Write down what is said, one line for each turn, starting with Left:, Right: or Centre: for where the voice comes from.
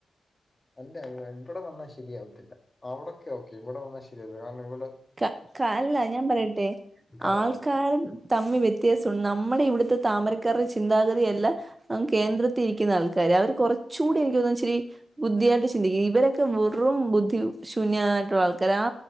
Left: അല്ല ഇവ്ടെ വന്നാ ശരിയാവത്തില്ല. അവടൊക്കെ ഓക്കെ. ഇവിടെ വന്നാ ശരിയാവൂല. കാരണം ഇവ്ടെ
Right: ക ക അല്ല ഞാൻ പറയട്ടെ.
Left: ആൾക്കാരാണ്
Right: ആൾക്കാര് തമ്മി വെത്യാസം നമ്മടെവിടത്തെ താമരക്കാര്ടെ ചിന്താഗതിയല്ല അങ്ങ് കേന്ദ്രത്തിരിക്ക്ന്നാൾക്കാര്. അവര് കുറച്ച്കൂടി എനിക്കോന്ന്ച്ചിരി ബുദ്ധിയായിട്ട് ചിന്തിക്കും. ഇവരൊക്കെ വെറും ബുദ്ധിശൂന്യായിട്ടുള്ള ആൾക്കാര. ആ